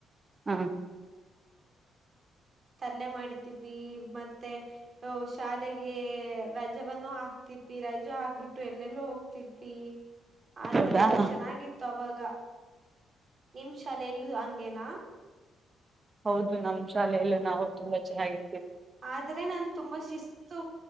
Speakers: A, on the right; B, on the right.
A: ಹಾ
B: ಲ್ಲ ಮಾಡಿದ್ವಿ ಮತ್ತೆ ಶಾಲೆಗೆ ರಜೆವನ್ನು ಹಾಕ್ತಿದ್ವಿ ರ ರಜ ಆಗ್ಬಿಟ್ಟು ಎಲ್ಲೆಲ್ಲ ಹೋಗ್ತಿದ್ವಿ ಆತರೆ
A: ಹೌದಾ
B: ಎಲ್ಲ ಚೆನ್ನಾಗಿತ್ತು ಅವಾಗ ನಿಮ್ ಶಾಲೆ ಎಲ್ಲೂ ಹಂಗೇನಾ
A: ಹೌದು ನಮ್ಮ್ ಶಾಲೆಯಲ್ಲೂ ನಾವು ತುಂಬಾ ಚೆನ್ನಾಗಿ
B: ಆದ್ರೆ ನಾು ತುಂಬಾ ಶಿಸ್ತು